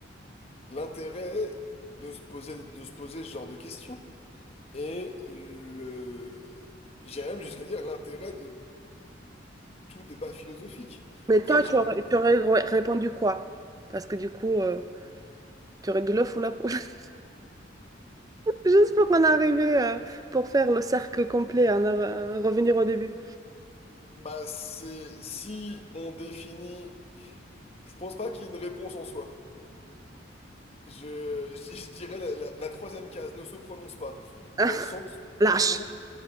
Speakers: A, on the left; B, on the right.
A: l'intérêt de se poser, de se poser ce genre de questions et le, j'irais même jusqu'à dire l'intérêt de tout débat philosophique.
B: Mais
A: Après,
B: toi,
A: j'ai
B: tu aurais,
A: encore
B: tu aurais re- répondu quoi? Parce que du coup, euh, tu aurais dit l'œuf ou la poule. <laughs> Juste pour qu'on arrive euh, pour faire le cercle complet, en av- en revenir au début.
A: Bah, c'est si on définit. Je pense pas qu'il y ait une réponse en soi. Je, <laughs> je, je dirais la, la- la troisième case ne se prononce pas.
B: <laughs>
A: Dans le sens
B: Lâche,
A: où.